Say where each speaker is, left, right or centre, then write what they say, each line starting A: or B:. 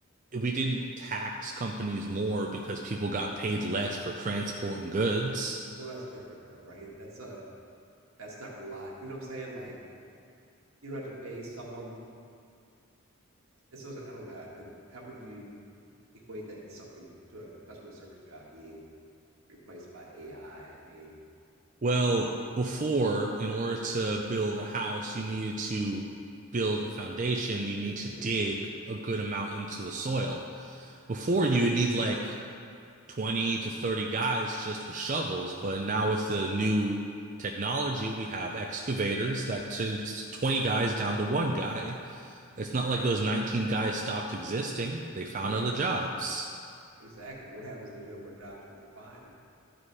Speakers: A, on the right; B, on the right.
A: we didn't tax companies more because people got paid less for transporting goods.
B: Well, that's different though, right? That's a that's not rely. You know what I'm saying? Like you don't have to pay someone. It's just, I don't know. Like how would you equate that to something to a customer service job being replaced by AI? I I mean,
A: Well, before, in order to build a house, you needed to build a foundation. You need to
B: yes.
A: dig a good amount into the soil. Before, you would need like 20 to 30 guys just with shovels. But
B: hmm
A: now, with the new technology, we have excavators that takes 20 guys down to one guy. It's not
B: Right.
A: like those 19 guys stopped existing, they found
B: Right.
A: other jobs.
B: Exactly. What happens? if There's no more jobs for them to find.